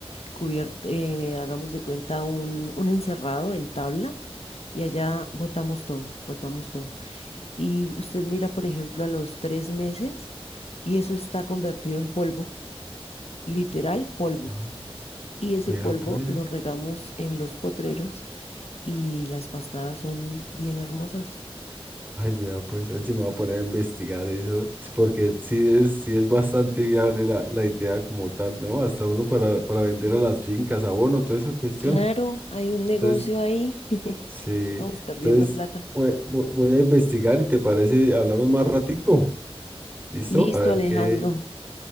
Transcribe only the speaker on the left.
cubierto, eh, hagamos de cuenta, un, un encerrado en tabla. Y allá botamos todo, botamos todo. Y usted mira, por ejemplo, a los tres meses y eso está convertido en polvo, literal polvo.
Y ese
polvo
lo regamos en los potreros y las pastadas son bien hermosas.
Claro, hay un negocio
ahí.
Vamos perdiendo
plata.
Listo,
Alejandro.